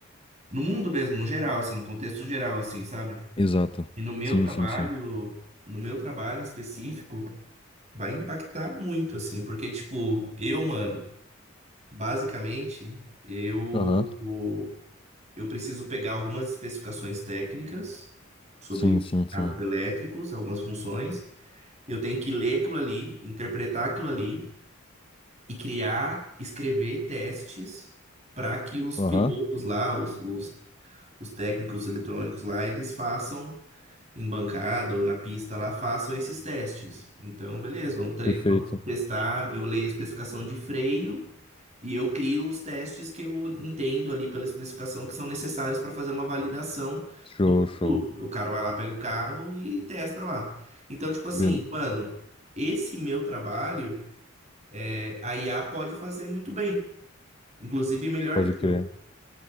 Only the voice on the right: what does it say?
no mundo mesmo, no geral, assim, no contexto geral, assim, sabe?
E no meu
trabalho,
no meu trabalho em específico, Vai impactar muito, assim, porque, tipo, eu, mano, basicamente, eu,
eu preciso pegar algumas especificações técnicas sobre
carros
elétricos, algumas funções. Eu tenho que ler aquilo ali, interpretar aquilo ali e criar, escrever testes para que os
pilotos lá, os, os, os técnicos eletrônicos lá, eles façam em bancada ou na pista lá façam esses testes. Então, beleza, vamos treinar,
vamos testar. Eu leio a especificação de freio e eu crio os testes que eu entendo ali pela especificação que são necessários para fazer uma validação
do produto.
O cara vai lá, pega o carro e testa lá. Então, tipo assim,
mano, esse meu trabalho, é, a IA pode fazer muito bem, inclusive melhor
do que
eu.